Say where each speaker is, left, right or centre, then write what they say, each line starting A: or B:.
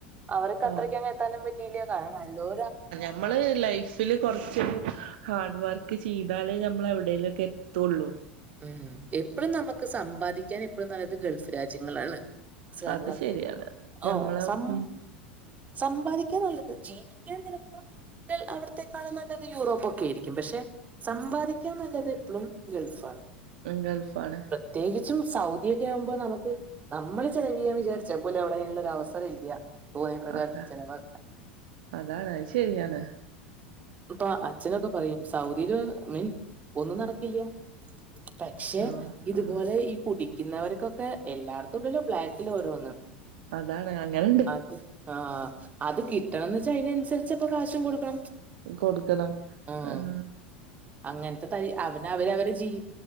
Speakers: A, on the right; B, on the right.
A: അവര്ക്ക് അത്രക്കങ്ങ്
B: ആഹ്
A: എത്താനും പറ്റീല്യ കാരണം നല്ലോ
B: നമ്മള് ലൈഫില് കൊറച്ചൊരു ഹാർഡ് വർക്ക് ചെയ്താലേ ഞമ്മള് എവിടേലൊക്കെ എ ത്തുള്ളു
A: ഉം എപ്പഴും നമുക്ക് സമ്പാദിക്കാൻ എപ്പഴും നല്ലത് ഗൾഫ് രാജ്യങ്ങളാണ് കാരണം
B: അത് ശരിയാണ് ഞമ്മളെ
A: ആഹ് സം
B: ഉം
A: സമ്പാദിക്കാൻ നല്ലത് ജീവിക്കാൻ ചിലപ്പോ അവിടത്തെക്കാളും നല്ല ത് യൂറോപ്പൊക്കെ ആയിരിക്കും പക്ഷെ സമ്പാദിക്കാൻ നല്ലത് എപ്പളും ഗൾഫാണ്
B: ഗൾഫാാണ്
A: പ്രത്യേകിച്ചും സൗദിക്കെ ആവുമ്പോൾ നമുക്ക് നമ്മള് ചെലവ ചെയ്യാൻ വിചാരിച്ച- ച്ചപ്പല എവിടെ ഉള്ള ഒരു അവസരം ഇല്ല തോന്നിയ പ്രകാര
B: അതാ
A: ചെലവാക്ക്
B: അതാണ് അഹ് ശരിയാണ്
A: പ്പൊ അച്ഛനൊക്കെ പറയും സൗദിയില് മീൻസ് ഒന്നും നടക്കില്ല പക്ഷെ
B: ആഹ്
A: ഇതുപോലെ
B: ആഹ്
A: ഈ കുട്ടി ഇരിക്കുന്നവർക്കൊക്കെ എല്ലായിടത്തുംണ്ടല്ലും ബ്ലാക്കിൽ ഓരോന്ന്
B: അതാണ് അങ്ങനെണ്ട്
A: അത് ആഹ് അത് കിട്ടണംന്ന് വെച്ചാ അതിനനുസരിച്ചപ്പ കാശും കൊടുക്കണം
B: കൊടുക്കണം
A: ആഹ്
B: ആ-
A: അങ്ങനത്തെ ത അവന് അവര് അവര് ജീ-